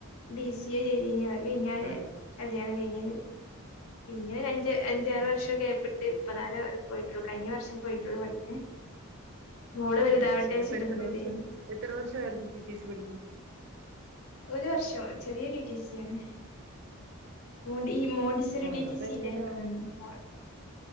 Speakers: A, on the left; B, on the right.
A: ബി സി എ ചെയ്തീനി അത് കെയ്ഞ്ഞാരെ
B: ആ
A: കല്യാണം കയ്ഞ്ഞത് പിന്നെ ഒരു അഞ്ച് അഞ്ചാറ്
B: ആ
A: വർഷം ഗ്യാപ്പിട്ട് പതാരാ <unintelligible> പോയിട്ടുള്ളൂ കഴിഞ്ഞ വർഷം പോയിട്ടുള്ളൂ പഠിക്കാൻ മോള് വലുതാവട്ടെ
B: അത് ശെരി
A: വെച്ചിട്ട്
B: അപ്പൊ എത്ര
A: നിന്നതേനി
B: വർഷം എത്ര വർഷം ആരുന്നു ടി ടി സി പഠിക്കാൻ
A: ഒരു വർഷം ചെറിയ ടി ടി സി ആണ് മോൻടി ഈ മോൻടിസോറി
B: ആണോ
A: ടി ടി
B: അപ്പൊ
A: സില്ലേ
B: എന്തിനാ
A: ഉം ഒ